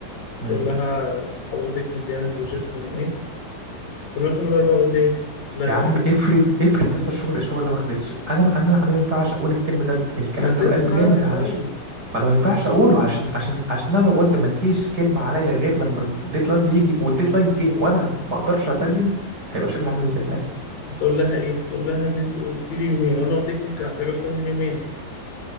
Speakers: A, on the right (about 25°); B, on the left (about 65°).
A: مم.
B: تقول لها حضرتك مدياني البروجكت يوم ايه تقول لها يوم الاربعاء بالليل تقول لها
A: يا
B: تمام
A: عم افرض افرض يا اسطى الشغل الشغل ده ما خلصش انا انا انا ما ينفعش اقول الكلمه ده ب- الكلام
B: ما تسمعني
A: ده بقلب جامد
B: طيب
A: علشان ما انا ما ينفعش اقوله عشان عشان عشان انا لو قلت مالكيش كلمه عليا غير لما الديدلاين يجي والديدلاين جه وانا ما اقدرش اسلم هيبقى شكلي عامل ازاي ساعتها
B: تقول لها ايه تقول لها ان انت قلت لي يومين وانا قلت لك ممكن احتاج اكتر من يومين